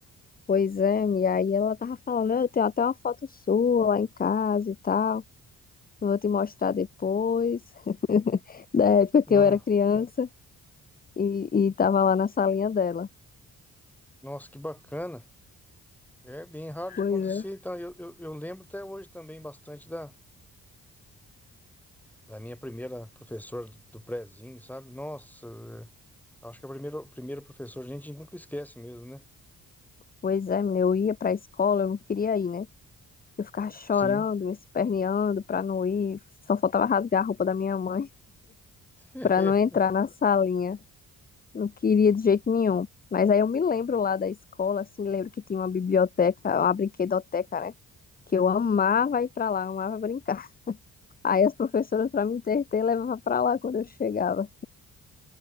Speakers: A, on the left; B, in the centre.
A: Pois é, e aí ela tava falando, eu tenho até uma foto sua lá em casa e tal, vou te mostrar depois, <laughs> da época que
B: No-
A: eu era criança e, e tava lá na salinha dela.
B: Nossa, que bacana. É bem raro de
A: Pois
B: acontecer.
A: é.
B: Então, eu, eu, eu lembro até hoje também bastante da, da minha primeira professora do, do prézinho, sabe? Nossa, é, acho que a primeira, a primeira professora a gente nunca esquece mesmo, né?
A: Pois é, menina, eu ia pra escola, eu não queria ir, né? Eu ficava chorando,
B: Sim.
A: me esperneando pra não ir, só faltava rasgar a roupa da minha mãe.
B: <laughs>
A: para não entrar na salinha. Não queria de jeito nenhum. Mas aí eu me lembro lá da escola, assim, lembro que tinha uma biblioteca, uma brinquedoteca, né? Que eu amava ir pra lá, amava brincar. <laughs> Aí as professoras, pra me entreter, levavam pra lá quando eu chegava.